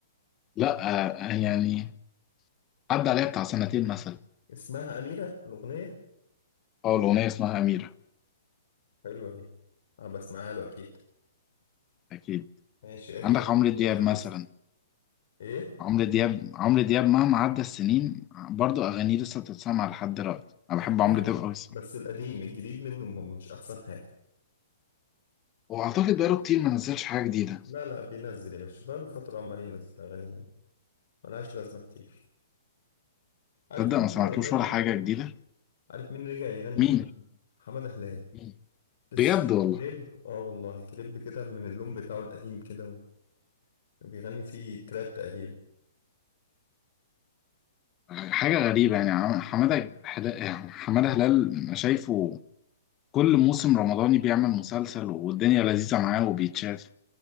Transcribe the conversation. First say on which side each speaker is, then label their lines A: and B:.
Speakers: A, on the left; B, on the left.
A: لا آه، يعني عدى عليها بتاع سنتين مثلا
B: اسمها أميرة الأغنية
A: أه الأغنية اسمها أميرة
B: حلوة دي أنا بسمعها له أكيد
A: أكيد
B: ماشي أدي
A: عندك
B: أول
A: عمرو دياب
B: أغنية في البيت
A: مثلا
B: إيه؟
A: عمرو دياب عمرو دياب مهما عدى السنين برضو أغانيه لسه بتتسمع لحد دلوقتي أنا
B: تتجمع
A: بحب عمرو دياب أوي الصراحة
B: بس القديم الجديد منه م- مش أحسن حاجة
A: وأعتقد بقاله كتير ما نزلش حاجة جديدة
B: لا لا بينزل يا باشا بقاله فترة عمال ينزل أغاني ملهاش لازمة كتير عارف
A: تصدق
B: مين
A: ما
B: اللي
A: سمعتلوش
B: بيغني
A: ولا
B: كمان
A: حاجة جديدة
B: عارف مين رجع يغني
A: مين
B: كمان حمادة هلال
A: مين؟
B: لسه
A: بجد
B: شايف
A: والله
B: كليب اه والله كليب كده من اللون بتاعه القديم كده و- بيغني فيه تراب تقريبا
A: حاجة غريبة يعني عم- حمادة حلا- حمادة هلال أنا شايفه كل موسم رمضاني بيعمل مسلسل والدنيا لذيذة معاه وبيتشاف